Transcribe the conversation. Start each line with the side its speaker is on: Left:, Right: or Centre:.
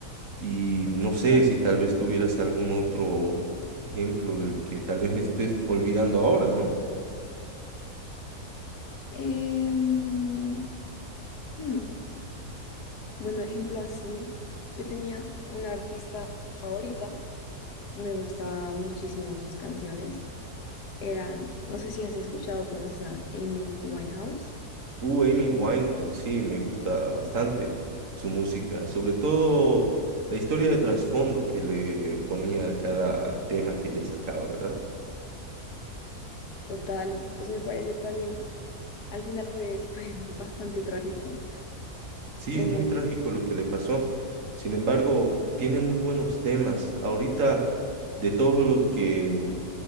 Right: Y no sé
Left: Ian
Right: si tal
Left: Payne.
Right: vez tuvieras algún otro ejemplo del que tal vez me estés olvidando ahora, ¿no?
Left: Em, hmm, Bueno, ejemplo así, yo tenía una artista favorita Me gustaban muchísimo sus canciones. Era, no sé si has escuchado o conoces a Amy Winehouse.
Right: Uh, Amy Winehouse, sí, me gusta bastante su música, sobre todo la historia de trasfondo que le ponía a cada tema que ella sacaba, ¿verdad?
Left: Total, pues me parece también, al final fue, fue <laughs> bastante trágico.
Right: Sí,
Left: Em,
Right: es muy trágico lo que le pasó. Sin embargo, tiene muy buenos temas. Ahorita, de todos los que